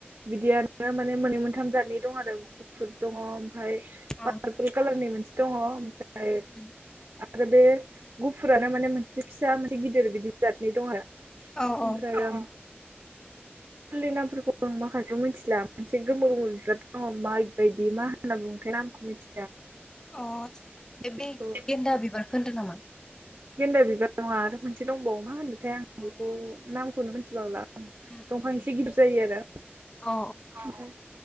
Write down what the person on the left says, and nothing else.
औ उम
उम
औ औ
अ बे
गेन्दा बिबारखो होन्दो नामा?
अ
आदसा
उम
उम
उम
अ